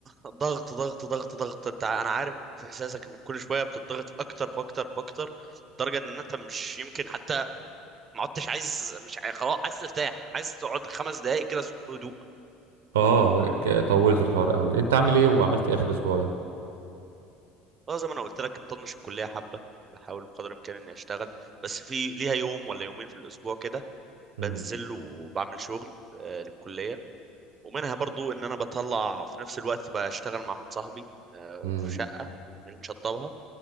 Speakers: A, on the right; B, on the right.
A: ضغط ضغط ضغط ضغط انت ع- انا عارف احساسك انك كل شويه بتضغط في اكتر في اكتر في اكتر لدرجه ان انت مش يمكن حتى ما عدتش عايز مش عايز خلاص عايز ترتاح عايز تقعد خمس دقائق كده سك- هدوء
B: اه ك- طولت الحوار قوي انت عامل ايه وعملت ايه اخر اسبوع ده
A: اه زي ما انا قلت لك مطنش الكليه حبه بحاول بقدر الامكان اني اشتغل بس في ليها يوم ولا يومين في الاسبوع كده
B: مم.
A: بنزل وبعمل شغل آه، للكليه ومنها برضو ان انا بطلع في نفس الوقت بشتغل مع واحد صاحبي آه،
B: امم
A: في شقه بنشطبها